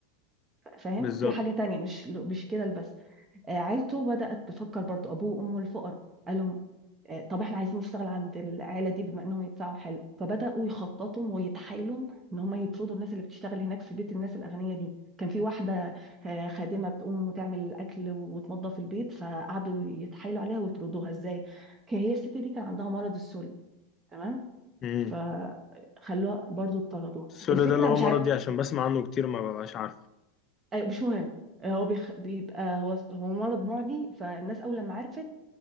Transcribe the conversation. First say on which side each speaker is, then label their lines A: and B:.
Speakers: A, on the right (about 20°); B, on the left (about 30°).
A: ف- فاهم
B: بالظبط
A: في حاجة تانية مش مش كده بس آه، عيلته بدأت تفكر برضو أبوه وأمه الفقراء قالوا آه، طب احنا عايزين نشتغل عند العيلة دي بما انهم يدفعوا حلو فبدأوا يخططوا ويتحايلوا ان هم يطردوا الناس اللي بتشتغل هناك في بيت الناس الأغنياء دي كان في واحدة آه، خادمة بتقوم وتعمل الأكل وتنظف البيت فقعدوا يتحايلوا عليها ويطردوها ازاي هي هي الست دي كان عندها مرض السل تمام
B: امم
A: فخلوها برضو طردوها
B: السولو
A: الفكرة
B: ده اللي هو
A: مش
B: مرض
A: عايز
B: دي عشان بسمع عنه كتير ما ببقاش عارف
A: أيوة، مش مهم آه، هو بيخ... بيبقى هو هو مرض معدي فالناس اول لما عرفت